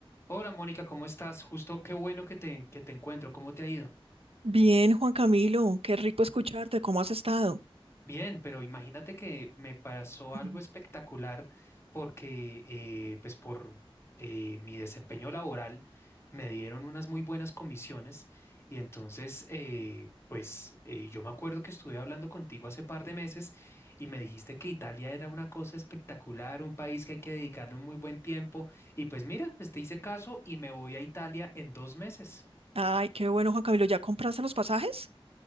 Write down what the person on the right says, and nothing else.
Bien, Juan Camilo, qué rico escucharte, ¿cómo has estado?
Mm.
Ay, qué bueno, Juan Camilo, ¿ya compraste los pasajes?